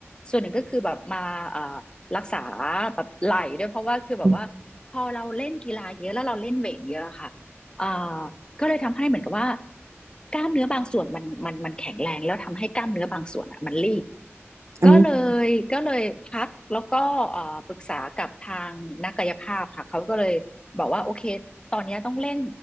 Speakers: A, on the left; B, on the right.
A: ส่วนหนึ่งก็คือแบบมาเอ่อรักษาแบบไหล่ด้วยเพราะว่าคือแบบว่าพอเราเล่นกีฬาเยอะแล้วเราเล่นเวทเยอะค่ะเอ่อ
B: อืม
A: ก็เลยทำให้เหมือนกับว่ากล้ามเนื้อบางส่วนมันมันมันแข็งแรงแล้วทำให้กล้ามเนื้อบางส่วนอ่ะมันรีบ
B: อืม
A: ก็เลยก็เลยพักแล้วก็เอ่อปรึกษากับทางนักกายภาพค่ะเขาก็เลยบอกว่าโอเคตอนเนี้ยต้องเล่น